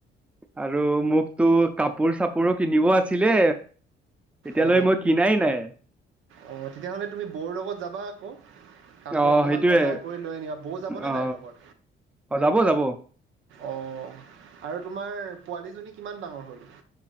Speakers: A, in the centre; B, on the right.
A: আৰু মোকতো কাপোৰ চাপোৰো কিনিব আছিলে। এতিয়ালৈ
B: অ।
A: মই কিনাই নাই
B: অ' তেতিয়াহলে তুমি বৌৰ লগত যাবা আকৌ। কাপোৰ
A: অ
B: অকমান
A: সেইটোৱে
B: বজাৰ কৰি লৈ আনিবা। বৌ যাবনে
A: অ
B: নাই লগত?
A: অ যাব যাব
B: অ' আৰু তোমাৰ পোৱালীজনী কিমান ডাঙৰ হ'ল?